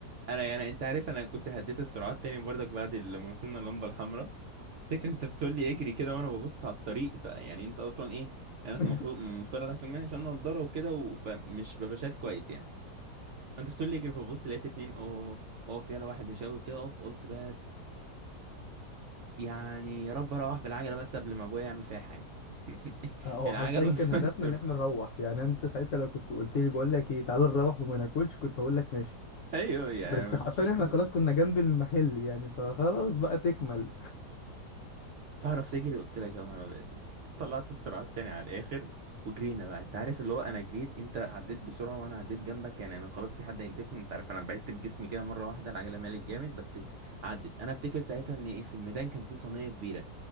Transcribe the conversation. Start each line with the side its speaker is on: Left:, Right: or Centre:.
Right: انا يعني انت عارف انا كنت هديت السرعات تاني برضك بعد لما وصلنا اللمبه الحمراء افتكر انت بتقول لي اجري كده وانا ببص على الطريق فيعني انت اصلا ايه يعني
Left: <laughs>
Right: انك المفروض المفترض احسن مني عشان انا نضاره وكده و- فمش ببقى شايف كويس يعني فانت بتقول لي اجري فببص لقيت اتنين اه اه في على واحد بيشاور كده اقف قلت بس يعني يا رب اروح بالعجله بس قبل ما ابويا يعمل فيها حاجه <laughs>
Left: هو
Right: العجله
Left: حرفيا
Right: الله
Left: كان هدفنا
Right: يستركم
Left: ان احنا نروح يعني انت ساعتها لو كنت قلت لي بقول لك ايه تعالى نروح وما ناكلش كنت هقول لك ماشي
Right: ايوه يعني
Left: بس حرفيا
Right: مفيش مشكله
Left: احنا خلاص كنا جنب المحل يعني فخلاص بقى تكمل
Right: تعرف تجري قلت لك يا نهار أبيض. طلعت السرعات تاني على الاخر وجرينا بقى انت عارف اللي هو انا جريت انت عديت بسرعه وانا عديت جنبك يعني انا خلاص في حد هينتشني انت عارف انا بعدت بجسمي كده مره واحده العجله مالت جامد بس عدت انا افتكر ساعتها ان ايه في الميدان كان في صينيه كبيره